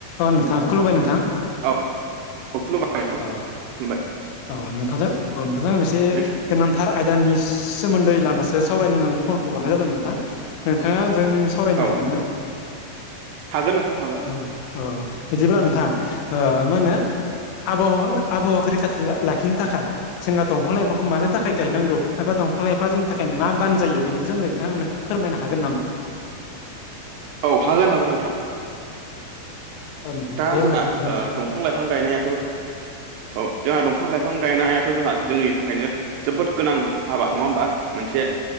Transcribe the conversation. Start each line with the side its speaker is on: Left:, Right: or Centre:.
Left: औ नोंथां खुलुमबायाय नोंथां।
Right: औ औ खुलुमबाय। नोंथां
Left: अ
Right: खुलुमबाय
Left: औ नोंथांजों औ नोंथांजों मोनसे
Right: नोंथां
Left: गोनां -थार आयदानि सोमोन्दै लानासो सावरायनो होननानै फनखौ हरनाय जादोंमोन नोंथां नोंथाङा आंजों सावरायनो
Right: औ
Left: हागोन ना?
Right: हागोन नोंथां हागोन
Left: औ औ बिदिब्ला नोंथां ओ मा होनो आब' आबहावाखौ रैखाथि लाखिनो थाखाय। जोंहा दंफां लाइफांखौ मानि थाखाय गायनांगौ एबा दंफां-लाइफांआ जोंनि थाखाय मा बानजायो बेनि सोमोन्दै नोंथांआ आंनो फोरमायनो हागोन नामा?
Right: औ हागोन हागोन नोंथां।
Left: औ नोंथां
Right: दा
Left: दे होमब्ला
Right: जोंहा
Left: बिदिबा नोंथां
Right: दंफां-लाइफां गायनायाथ' औ जोंहा दंफां लाइफां गायनायाथ' जोंहा जोंनि थाखायनो जोबोद गोनां हाबा नङा होमबा मोनसे